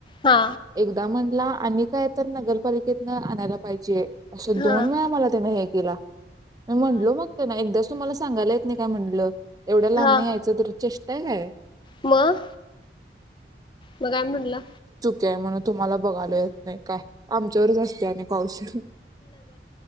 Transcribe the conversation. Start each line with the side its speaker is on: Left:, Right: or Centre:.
Left: हा
Right: एकदा म्हण आणि काय तर नगरपालिकेतन आणायला पाहिजे. अंस
Left: हा
Right: दोन वेळा झालं त्यान हे केला मी म्हटलो मग त्यांना एकदाच तुम्हाला सांगायला येत मी काय म्हणलं एवढ्या लांबणी
Left: हा
Right: यायचं तर- चेष्टाय काय.
Left: मग मग काय म्हटलं
Right: य म्हणून तुम्हाला बघायला येत नाही काय आमच्यावरच असते आणि पावशीर